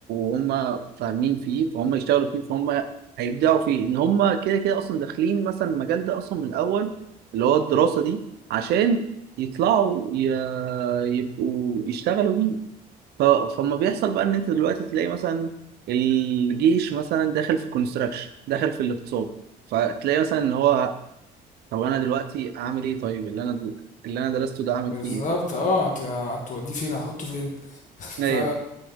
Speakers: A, on the right (about 70°); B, on the left (about 45°).
A: وهم فاهمين فيه فهم يشتغلوا فيه فهم هيبدعوا فيه ان هم كده كده اصلا داخلين مثلا المجال ده اصلا من الاول اللي هو الدراسه دي عشان يطلعوا ي... يبقوا يشتغلوا بيه ف... فما بيحصل بقى ان انت دلوقتي تلاقي مثلا الجيش مثلا داخل في الكونستراكشن داخل في الاقتصاد فتلاقي مثلا ان هو طب انا دلوقتي اعمل ايه طيب اللي انا اللي انا درسته ده اعمل
B: بالظبط
A: فيه
B: اه هت- هتوديه فين هتحطه فين <laughs>
A: ايه
B: ف